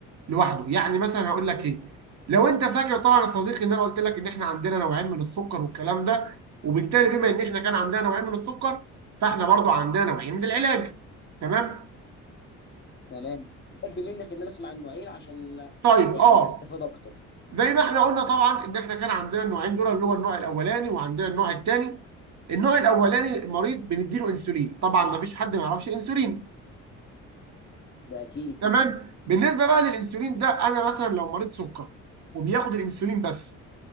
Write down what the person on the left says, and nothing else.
تمام احب منك ان انا اسمع النوعين عشان
يعني
استفاد اكتر
ده اكيد